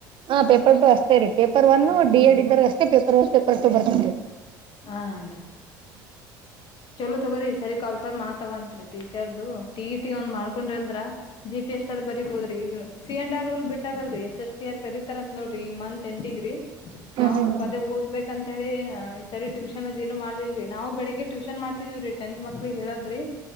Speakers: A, on the right (about 50°); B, on the left (about 50°).
A: ಹಾ ಪೇಪರ್ ಟು ಅಷ್ಟೇ ರೀ ಪೇಪರ್ ಒನ್
B: ಹ್ಮ್
A: ಡಿ ಎಡ್ ಇದ್ದಾಗ ಅಷ್ಟೇ ಪೇಪರ್ ಒನ್ ಪೇಪರ್ ಟು ಬರ್ತೇನ್ ಡ್ರಿ
B: ಹನ್ ಚಲೋ ತಗೋರಿ ಸರಿ ಕಾಲ್ ಫಾರ್ ಮಾತವಂತ್ರಿ ಟೀಚರ್ದು ಟಿ ಇ ಟಿ ಒಂದ್ ಮಾಡ್ಕೊಂಡ್ರಿ ಅಂದ್ರ ಜಿ ಪಿ ಎಸ್ ಟಿ ರ್ ಬರಿಬೋದ್ರಿ ಈಗ ಸಿ ಅಂಡ್ ಆರ್ ಊಲ್ ಬಿಟ್ಟಾರಲ್ರರಿ ಎಚ್ ಎಸ್ ಟೀ ಆರ್ ಕರಿತ ನೋಡ್ರಿ ಮಂತ್ ಎನ್ ಡಿಗ್ರ
A: ಹ್ಮ್
B: ನಾವು
A: ಹ್ಮ್
B: ಸ್ವಲ್ಪ ಅದೇ ಓದ್ಬೇಕಂತ ಅಂತೇಳಿ ಈ ಸರಿ ಟ್ಯೂಷನ್ ಅದ ಏನು ಮಾಡ್ಲಲ್ರಿ ನಾವು ಬೆಳಗ್ ಟ್ಯೂಷನ್ ಮಾಡ್ತಿದೀವ್ರೀ ಟೆಂತ್ ಮಕ್ಳಿಗೆ ಹೇಳದ್ರಿ